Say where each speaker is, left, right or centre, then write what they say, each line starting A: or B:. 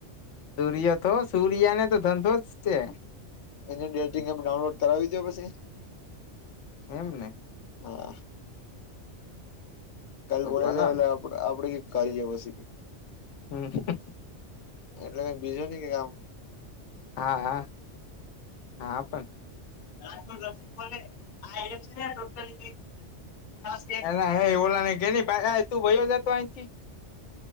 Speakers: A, on the left; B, on the left.
A: સૂર્ય તો સૂર્ય ને તો ધંધો જ છે
B: એને ડેટિંગ એપ ડાઉનલોડ કરાવી દો પછી
A: એમ ને
B: હ કા
A: તો
B: બોલા
A: કરાવ
B: જ આપ આપે કરી જછી
A: હમ
B: એટલે બીજું નઈ કે કામ
A: હા હા હા પણ
B: રાખોડ રસિક બોલે આ એક છે ટોટલ છે
A: એના હ ઓલા ગેની ભ તું ભયો જતો અંથી